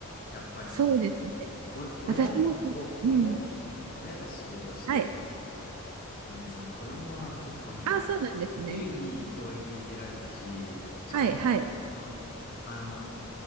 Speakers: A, on the left (about 40°); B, on the right (about 85°).
A: やっぱりその、
B: そうですね。
A: お、
B: 私もそ、
A: 親お親に、
B: うん。
A: 親が仕事してるか。
B: はい。
A: なんでその子供は結構なんか、
B: ああ、そうなんですね。
A: 自由に教育受けられたし、しかも、
B: はい、はい。
A: そのあの、い